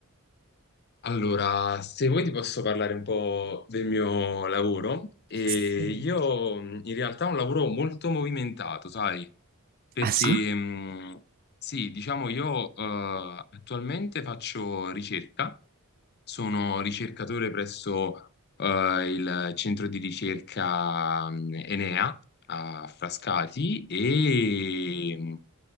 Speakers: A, on the left (about 45°); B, on the right (about 40°).
A: Allora, se vuoi ti posso parlare un po' del mio lavoro. E
B: Sì.
A: io mh, in realtà ho un lavoro molto movimentato, sai, perché
B: Ah sì? Ah,
A: mh, sì, diciamo io eh, attualmente faccio ricerca, sono ricercatore presso eh, il centro di ricerca mh, Enea a Frascati e, mhmm,